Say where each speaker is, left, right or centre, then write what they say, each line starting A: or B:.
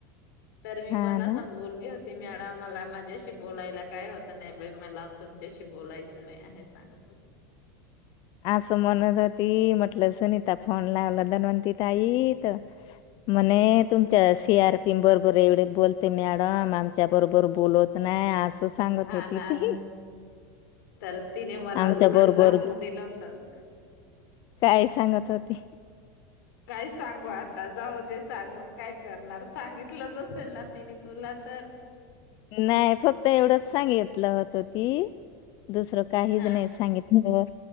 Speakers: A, on the left (about 75°); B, on the left (about 45°).
A: तर मी
B: हा
A: पण असं
B: ना
A: बोलले होते. ते मॅडम मला माझ्याशी बोलायला काय होत नाही. बाई मला तुमच्याशी बोलायचं नाही आहे सांगत होत.
B: <inaudible> असं म्हणत होती म्हटल सुनीता फोन लावला धनवंती ताई तर म्हणे तुमच्या सी आर पी बरोबर एवढे बोलते मॅडम आमच्या बरोबर बोलत नाही आस सांगत
A: हा
B: होती
A: ना
B: ती
A: तर तिने मला
B: आमच्या
A: उलट
B: बरोबर
A: झाकून दिलं होतं.
B: काय सांगत होती?
A: काय सांगू आता जाऊ दे सांगून काय करणार सांगितलंच असेल ना तिनी तुला तर
B: नाही फक्त एवढंच सांगितलं होत ती दुसरं काहीच
A: हा.
B: नाही सांगितलं